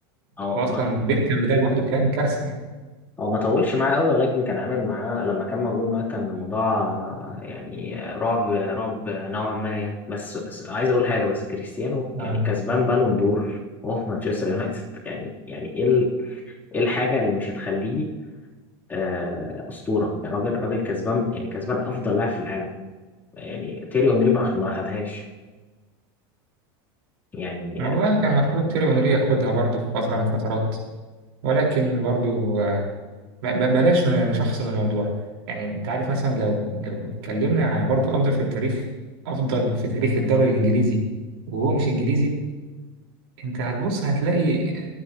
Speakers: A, on the left; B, on the right.
A: أو
B: واصلا بيركامب ده لوحده كان كارثة يعني
A: هو ما طولش معاه قوي ولكن كان عامل معاه لما كان موجود معاه كان الموضوع آه، يعني آه، رعب رعب نوعا ما يعني بس بس عايز اقول حاجه بس كريستيانو
B: اه
A: يعني كسبان بالون دور وهو في مانشستر يونايتد <laughs> يعني يعني ايه ال- ايه الحاجه اللي مش هتخليه آه، اسطوره يعني راجل راجل كسبان يعني كسبان افضل لاعب في العالم يعني تيري اونري ما ما خدهاش يعني
B: والله كان المفروض تيري اونري ياخدها برضه في فترة من الفترات ولكن برضو آه، ب- ب- بلاش ن- نشخصن الموضوع يعني انت عارف مثلا لو لو اتكلمنا على برضو افضل في التاريخ افضل في تاريخ الدوري الانجليزي وهو مش انجليزي انت هتبص هتلاقي